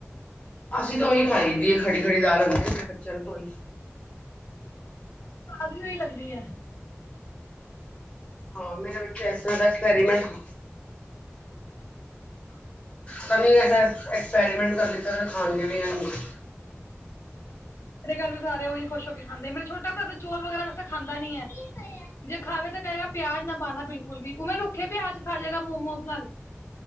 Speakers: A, on the left; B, on the left.
A: ਅਸੀਂ ਤਾਂ ਓਈ ਖਾਈ ਦੀਏ ਖੜੀ- ਖੜੀ ਦਾਲ ਹੁੰਦੀ ਏ। ਮੇਰੇ ਬੱਚਿਆਂ ਨੂੰ ਤੇ ਓਈ
B: ਸੁਵਾਦ ਓਈ ਲੱਗਦੀ ਐ।
A: ਹਾਂ, ਮੇਰੇ ਬੱਚੇ ਏਸ ਤਰਾਂ ਦਾ ਐਕਸਪੈਰੀਮੇਂਟ-
B: ਹੈ
A: ਤਾਂ ਨੀ ਐਕਸਪੈਰੀਮੈਂਟ ਕਰ ਦਿੱਤਾ ਨਾ ਖਾਂਦੇ ਵੀ ਰੇਣਗੇ ।
B: ਸਾਡੇ ਘਰ ਵੀ ਸਾਰੇ ਓਹੀ ਖੁਸ਼ ਹੋ ਕੇ ਖਾਂਦੇ ।ਔ ਮੇਰਾ ਛੋਟਾ ਭਰਾ ਦਾ ਚੋਲ ਵਗੈਰਾ ਵੈਸਾ ਖਾਂਦਾ ਨੀ ਐ। ਜੇ ਖਾਵੇ ਤਾਂ ਕਹੇਗਾ ਪਿਆਜ ਨਾ ਪਾਣਾ ਬਿਲਕੁਲ ਵੀ ਉਵੇੈਂ ਰੁੱਖੇ ਪਿਆਜ ਖਾ ਜਾਏਗਾ ਮੋਮੋਸ ਨਾਲ।